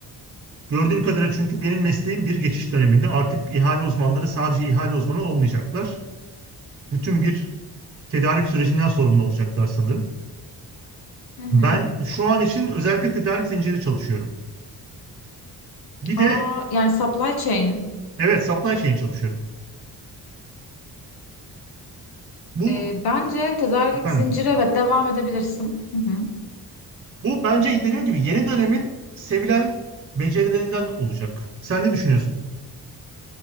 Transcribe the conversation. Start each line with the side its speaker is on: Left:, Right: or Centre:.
Right: Gördüğüm kadarıyla çünkü benim mesleğim bir geçiş döneminde artık ihale uzmanları sadece ihale uzmanı olmayacaklar. Bütün bir tedarik sürecinden sorumlu olacaklar sanırım.
Left: Hı hı.
Right: Ben şu an için özellikle tedarik zinciri çalışıyorum. Bir de
Left: Aa, yani supply chain.
Right: evet supply chain çalışıyorum. Bu
Left: Ee, bence tedarik
Right: efendim
Left: zinciri evet devam edebilirsin. Hı hı.
Right: Bu bence dediğim gibi yeni dönemin sevilen becerilerinden olacak. Sen ne düşünüyorsun?